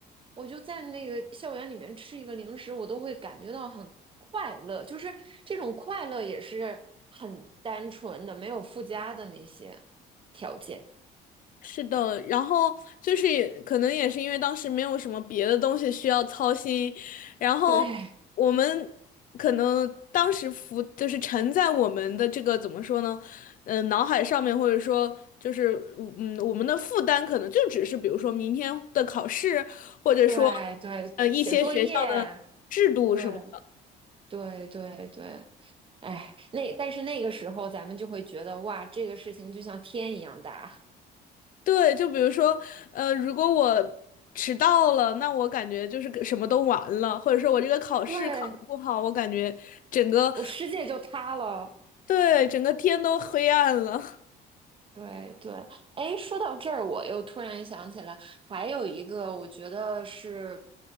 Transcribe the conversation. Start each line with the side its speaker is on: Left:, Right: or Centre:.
Right: 我就在那个校园里面吃一个零食，我都会感觉到很快乐，就是这种快乐也是很单纯的，没有附加的那些条件。
Left: 是的，然后就是也可能也是因为当时没有什么别的东西需要操心，然后我们可能当时浮就是沉在我们的这个怎么说呢，
Right: 对
Left: 嗯、脑海上面或者说就是嗯我们的负担可能就只是比如说明天的考试，或者说
Right: 对对，
Left: 呃一些学校的制度什么。
Right: 写作业，对对对对，哎，那但是那个时候咱们就会觉得哇，这个事情就像天一样大，
Left: 对，就比如说，呃，如果我迟到了，那我感觉就是个什么都完了，或者说我这个考试考得不好，
Right: 对，
Left: 我感觉整个，
Right: 我世界就塌了。
Left: 对，整个天都黑暗了。
Right: 对对，哎，说到这儿，我又突然想起来，还有一个，我觉得是